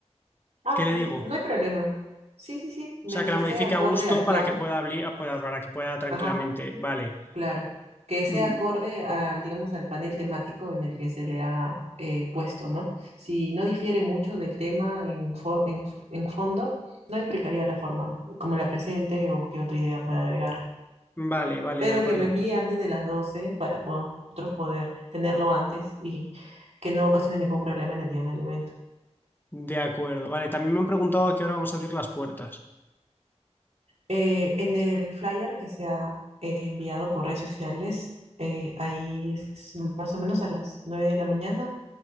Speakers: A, on the right; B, on the left.
A: Ah,
B: ¿Qué le
A: n-
B: digo? O
A: no hay problema. Sí, sí, sí. Mientras
B: sea, que la modifique
A: sea acorde
B: a gusto
A: al
B: para
A: plan.
B: que pueda, habli- pueda- para que pueda tranquilamente.
A: Ajá.
B: Vale.
A: Claro, que sea
B: Mm,
A: acorde al, digamos, al panel temático en el que se le ha eh, puesto, ¿no? Si no difiere mucho del tema en, fo- en, f- en fondo, no implicaría la forma como la presente o qué otra idea pueda agregar,
B: Vale, vale,
A: pero
B: de acuerdo.
A: que lo envíe antes de las 12 para po- nosotros poder tenerlo antes y que no ocasione ningún problema en el día del evento.
B: De acuerdo. Vale, también me han preguntado a qué hora vamos a abrir las puertas.
A: Eh, en el flyer que se ha eh, enviado por redes sociales, eh, ahí es más o menos a las nueve de la mañana